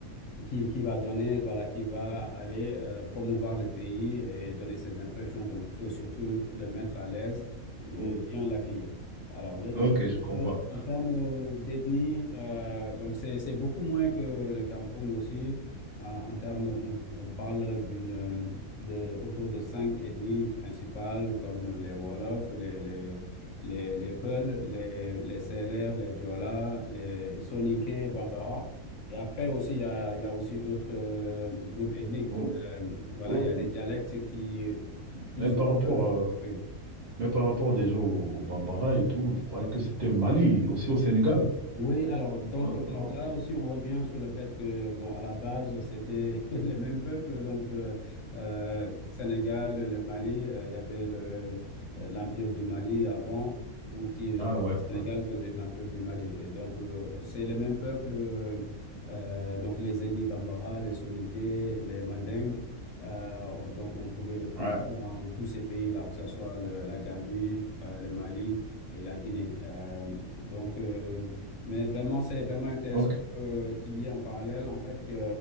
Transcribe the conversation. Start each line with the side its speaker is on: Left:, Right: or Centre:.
Left: qui, qui va donner, voilà, qui va aller euh, promouvoir le pays et donner ses impressions. Donc, il faut surtout le mettre à l'aise et
Right: Oh,
Left: bien l'accueillir. Alors, le,
Right: Ok,
Left: le Sénégal,
Right: je comprends.
Left: en termes euh, d'ethnie, euh, donc c'est, c'est beaucoup moins que le Cameroun aussi. Euh, en termes, on, on parle d'une, euh, de, autour de cinq ethnies principales comme les Wolofs, les, les, les, les Peuls, les, les Sérères, les Diola, les Soninké, Bambara. Et après aussi, il y a, il y a aussi d'autres euh, groupes ethniques.
Right: Oh,
Left: Euh, voilà,
Right: oh.
Left: il y a des dialectes qui, plus
Right: Mais par
Left: ou
Right: rapport,
Left: moins,
Right: euh,
Left: oui.
Right: mais par rapport déjà au, au Bambara et tout, je croyais que c'était au Mali, aussi au Sénégal.
Left: Oui, alors, donc,
Right: Euh,
Left: alors là aussi, on revient sur le fait que, bon, à la base, c'était <laughs> le même peuple, donc euh, euh, Sénégal, le Mali, euh, il y avait le, euh, l'Empire du Mali avant, ou qui, euh,
Right: ah
Left: donc,
Right: ouais,
Left: le
Right: ouais,
Left: Sénégal faisait de l'Empire du Mali. Et donc, euh, c'est le même peuple, euh, euh, donc les ethnies Bambara, les Soninké, les Mandingues, euh, donc on pouvait les trouver
Right: ouais,
Left: dans tous ces pays-là, que ce soit le- la Gambie, euh, le Mali et la Guinée. Euh, donc, euh, mais vraiment, c'est vraiment intéressant
Right: ok.
Left: que- qu'il y ait en parallèle, en fait, que,